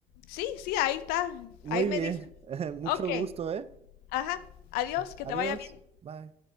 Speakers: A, on the left; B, on the right.
A: sí, sí, ahí está.
B: Muy
A: Ahí me
B: bien,
A: dicen.
B: <laughs> mucho
A: Ok,
B: gusto, ¿eh?
A: ajá. Adiós, que
B: Adiós,
A: te vaya bien.
B: bye.